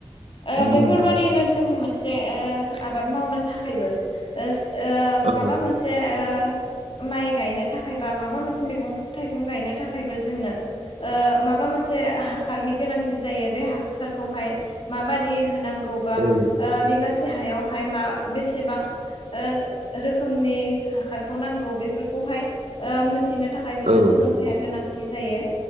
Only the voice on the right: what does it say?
नंगौ
नंगौ नोंथां
औ
औ
औ